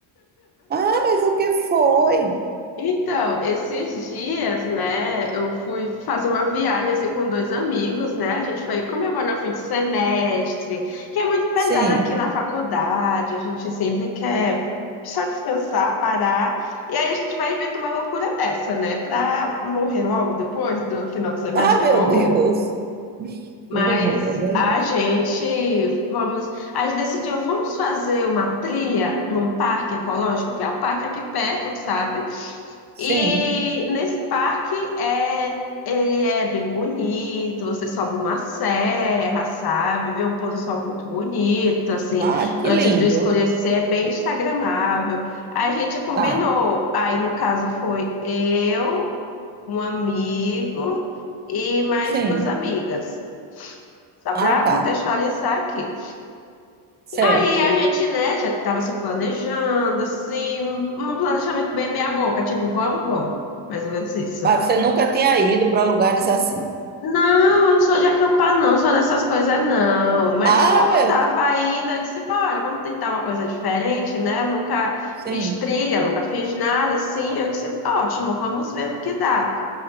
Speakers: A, on the right; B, on the left.
A: Ah, mas o que foi?
B: Então, esses dias, né, eu fui fazer uma viagem assim com dois amigos, né? A gente foi comemorar o fim de semestre, que é muito pesado
A: Sim.
B: aqui na faculdade, a gente sempre quer só descansar, parar. E aí a gente vai inventar uma loucura dessa, né? Pra morrer logo depois do final do semestre,
A: Ah, meu
B: que horror.
A: Deus. <laughs> Que
B: Mas
A: horror, é verdade.
B: a gente vamos, a gente decidiu, vamos fazer uma trilha num parque ecológico, que é o parque aqui perto, tu sabe?
A: Sim.
B: E nesse parque é ele é bem bonito, você sobe uma serra, sabe? Vê um pôr do sol muito bonito, assim,
A: Ah, que
B: antes
A: lindo.
B: do escurecer, é bem instagramável. A gente combinou,
A: Tá.
B: aí no caso foi eu, um amigo e mais
A: Sim.
B: duas amigas. Só
A: Ah,
B: para
A: tá.
B: contextualizar aqui.
A: Certo.
B: Aí a gente, né, já estava se planejando, assim, um planejamento bem meia-boca, tipo, vamos, vamos. Mais ou menos isso.
A: Mas você nunca tinha ido para lugares assim.
B: Não, eu não sou de acampar, não, não sou dessas coisas, não. Mas
A: Ah,
B: o povo
A: meu
B: tava
A: Deus.
B: ainda, eu disse, bora, vamos tentar uma coisa diferente, né? Eu nunca
A: Sim.
B: fiz trilha, nunca fiz nada assim. Eu disse, ótimo, vamos ver no que dá.